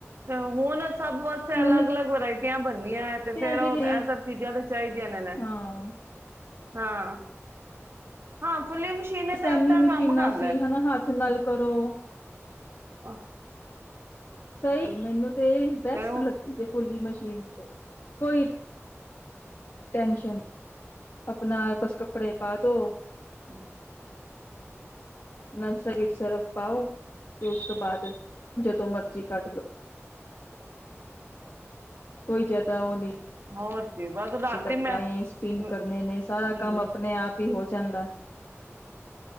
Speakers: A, on the right; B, on the left.
A: ਤੇ ਹੁਣ ਸਭ ਵਾਸਤੇ
B: ਹੁਣ
A: ਅਲੱਗ ਅਲੱਗ ਵਰਾਇਟੀ ਬਣਨੀਆਂ ਹੈ ਤੇ ਫੇਰ
B: ਆ ਜਿਹੜੇ
A: ਉਹ ਇਹ ਸਭ ਚੀਜ਼ਾਂ ਤੇ ਚਾਹੀਦੀਆਂ ਨੇ ਨੇ
B: ਹਾਂ
A: ਹਾਂ ਹਾਂ ਫੁੱਲੀ ਮਸ਼ੀਨ ਨੇ
B: ਸੈਮੀ
A: ਤੇ ਅੱਧਾ ਕੰਮ
B: ਮਸ਼ੀਨਾਂ
A: ਕਰ
B: ਸੀ ਹਨਾ ਹੱਥ ਨਾਲ ਕਰੋ
A: ਆਹ
B: ਸਹੀ ਮੈਨੂੰ ਤੇ ਬੈਸਟ
A: ਤੇ
B: ਲੱਗਦੀ ਜੇ ਫੁੱਲੀ ਮਸ਼ ਠੀਕ ਕੋਈ ਟੈੈਂਸ਼ਨ ਆਪਣਾਸ ਕੱਪੜੇ ਪਾ ਦੋ
A: ਹਮ
B: ਨਾਸਵਰ ਸਰਫ ਪਾਓ ਤੇ ਉਸ ਤੋਂ ਬਾਅਦ ਜਦੋਂ ਮਰਜ਼ੀ ਕੱਢ ਲੋ ਕੋਈ ਜਿਆਦਾ ਉਹ ਨਹੀਂ
A: ਹੋਰ ਕੀ ਬਸ ਰਾਤੀ
B: ਲਗਦਾ
A: ਮੈਂ
B: ਸਪਿਨ
A: ਹੂੰ
B: ਕਰਨੇ ਨੇ ਸਾਰਾ
A: ਹੂੰ
B: ਕੰਮ ਆਪਣੇ ਆਪ ਵੀ ਹੋ ਜਾਂਦਾ